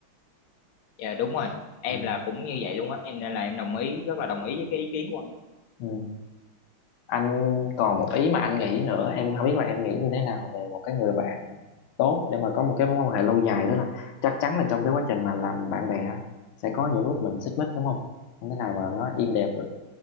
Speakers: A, on the left; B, on the left.
A: dạ đúng rồi em
B: ừ.
A: là cũng như vậy luôn á em nên là em đồng ý rất là đồng ý với cái ý kiến của anh
B: Ừ. anh còn một ý mà anh nghĩ nữa em không biết là em nghĩ như thế nào về một cái người bạn tốt để mà có một cái mối quan hệ lâu dài đó là chắc chắn là trong cái quá trình mà làm bạn bè á, sẽ có những lúc mình xích mích đúng không không thể nào mà nó im đẹp